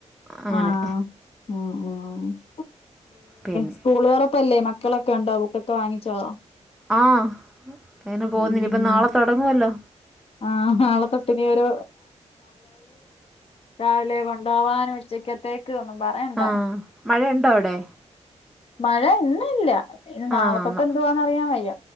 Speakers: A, in the centre; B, on the left.
A: അങ്ങനെ
B: ആഹ് <unintelligible>
A: പിന്നെ
B: സ്കൂള് തുറപ്പല്ലേ ബുക്ക്സ്ളൊക്കെ ഉണ്ടോ ബുക്കൊക്കെ വാങ്ങിച്ചോ
A: ആഹ് ഇന്ന്നി പോകുന്നനില്ലാ
B: ഉം
A: ഇപ്പം നാളെ തുടങ്ങുവല്ലോ
B: ആഹ് നാളത്തൊട്ട്യിനി ഒരു രാവിലെ കൊണ്ടുപകാനും ഉച്ചക്കത്തേക്കും ഒന്നും പറയണ്ടാ
A: ആ മഴയുണ്ടോ അവിടെ
B: മഴ ഇന്ന്ല്ല ഇനി
A: ആ
B: നാളെത്തൊട്ട്
A: ന-
B: എന്തുവാന് അറിയാൻ വയ്യ